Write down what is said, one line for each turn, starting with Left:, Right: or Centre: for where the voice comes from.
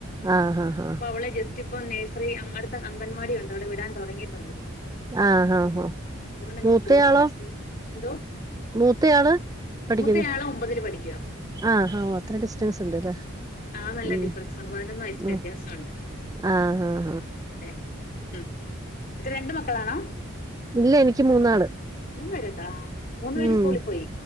Right: ആഹ് ഹ ഹ
Left: മോളെ ജസ്റ്റ് ഇപ്പം നഴ്സറി അങ്ങടുത്തെ അംഗൻവാടി ഉണ്ട് അവിടെ വിടാൻ തുടങ്ങിട്ടുണ്ട് ഇപ്പൊ
Right: ആഹ് ഹ ഹ
Left: അതുകൊണ്ടെങ്ങും
Right: മൂത്തയാളോ
Left: പോകുന്നില്ല എന്തോ
Right: മൂത്തയാള് പഠിക്കുന്നേ
Left: മൂത്തയാള് ഒമ്പതിൽ പഠിക്കുവാ
Right: ആഹ് ഹ അത്ര ഡിസ്റ്റൻസ് ഉണ്ട്ല്ലേ
Left: ആഹ് നല്ല
Right: ഉം
Left: ഡിഫ്രറൻസ്ണ്ട്. പതിനൊന്ന് വയസിന്റെ
Right: ആഹ്
Left: വ്യത്യാസം ഉണ്ട്
Right: ആഹ് ആഹ്
Left: ആഹ് അതെ ഉം ഇപ്പ രണ്ട് മക്കളാണോ
Right: ഇല്ല എനിക്ക് മൂന്നാള്
Left: മൂന്ന് പേരുണ്ടോ മൂന്നു പേര്
Right: ഉം
Left: സ്കൂളിൽ പോയി